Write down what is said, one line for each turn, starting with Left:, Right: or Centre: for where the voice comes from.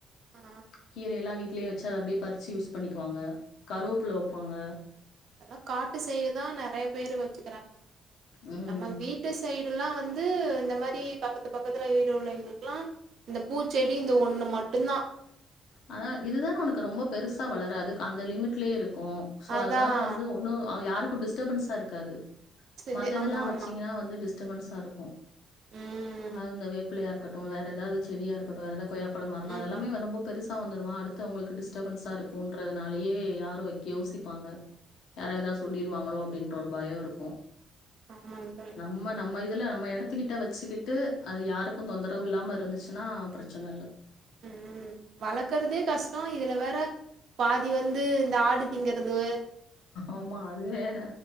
Right: ஆ
Left: கீரை எல்லா வீட்லே வச்சு அப்டியே பரிச்சு யூஸ் பண்ணிக்குவாங்க கருவாப்புள்ள வைப்பாங்க
Right: அதல்லா காட்டு செய்யதா நெறைய பேரு வச்சுக்கிறாங்க
Left: ம்
Right: நம்ம வீட்டு சைடுல்லா வந்து இந்த மாரி பக்கத்து பக்கத்துல வீடு உள்ளவங்களுக்கெல்லா இந்த பூச்செடி இந்த ஒண்ணு மட்டுந்தா
Left: அதா இதுதான உனக்கு ரொம்ப பெருசா வளராது அந்த லிமிட்லேயே இருக்கு சோ
Right: அதான்
Left: அதனால வந்து இன்னு யாருக்கு டிஸ்டபன்ஸா இருக்காது
Right: செஞ்சு
Left: மத்ததுல்லா
Right: ஆமா, ஆமா.
Left: வச்சீங்கன்னா வந்து டிஸ்டபன்ஸா இருக்கு
Right: ம்.
Left: அது இந்த வேப்பிலையா இருக்கட்டு வேற ஏதாது செடியா இருக்கட்டு வேற ஏதாது கொய்யாப்பழம் மரம்
Right: ம்.
Left: அதெல்லாமே வரும்போ பெருசா வந்துடுமா அடுத்தவங்களுக்கு டிஸ்டபன்ஸா இருக்குக்குன்றதுனாலேயே யாரும் வைக்க யோசிப்பாங்க யாரா எதா சொல்லிருவாங்களோ அப்டின்ற ஒரு பயோ இருக்கு
Right: ஆமாங் தோழி
Left: நம்ம நம்ம இதில்ல நம்ம எடத்துக்கிட்ட வச்சுக்கிட்டு அது யாருக்கு தொந்தரவு இல்லாம இருந்துச்சுன்னா பிரச்சன இல்ல
Right: ம் வளர்க்குறதே கஷ்டோ இதுல வேற பாதி வந்து இந்த ஆடு திங்குறது
Left: ஆமா அது வேற